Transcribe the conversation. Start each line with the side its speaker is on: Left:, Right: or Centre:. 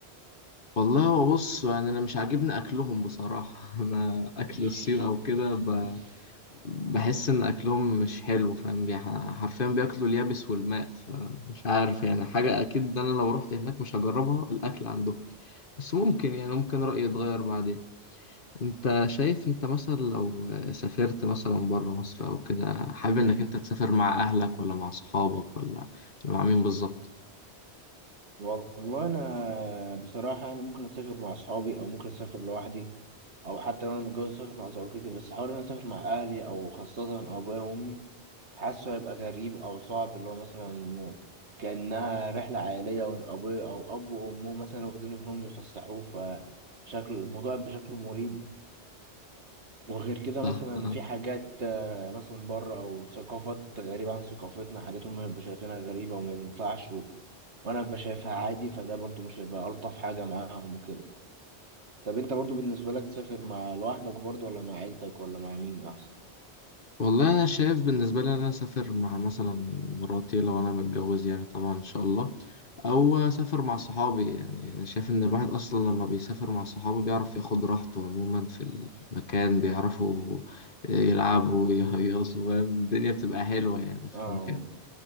Left: والله هو بص يعني انا مش عاجبني اكلهم بصراحة <laughs> انا اكل
Right: <laughs>
Left: الصين او كده ب... بحس ان اكلهم مش حلو فاهم بي... حرفيا بياكلوا اليابس والماء فمش عارف يعني حاجة اكيد ده انا لو رحت هناك مش هجربها الاكل عندهم بس ممكن يعني ممكن رأيي يتغير بعدين انت شايف انت مثلا لو سافرت مثلا بره مصر او كده حابب
Right: مم.
Left: انك انت تسافر مع اهلك ولا مع صحابك ولا ولا مع مين بالظبط
Right: والله انا بصراحه انا ممكن اسافر مع اصحابي او ممكن اسافر لوحدي او حتى لو انا متجوز اسافر مع زوجتي بس حوار إن انا اسافر مع اهلي او خاصه ابويا وامي حاسه هيبقى غريب او صعب اللي هو مثلا كانها رحله عائليه وان ابويا او اب وامه مثلا واخدين ابنهم يفسحوه فشكل الموضوع يبقى شكله مريب وغير كده
Left: ف-
Right: مثلا في حاجات آه، مثلا بره او ثقافات غريبه عن ثقافتنا حاجات هم يبقوا شايفينها غريبه وما ينفعش وانا ببقى شايفها عادي فده برضو مش هيبقى الطف حاجه معاهم وكده طب انت برضو بالنسبه لك تسافر مع لوحدك برضو ولا مع عيلتك ولا مع مين احسن
Left: والله انا شايف بالنسبه لي ان انا اسافر مع مثلا مراتي لو انا متجوز يعني طبعا ان شاء الله او اسافر مع صحابي يعني انا شايف ان الواحد اصلا لما بيسافر مع صحابه بيعرف ياخد راحته عموما في المكان بيعرفوا يلعبوا ويهيصوا فاهم؟ الدنيا بتبقى حلوه يعني في
Right: اه
Left: المكان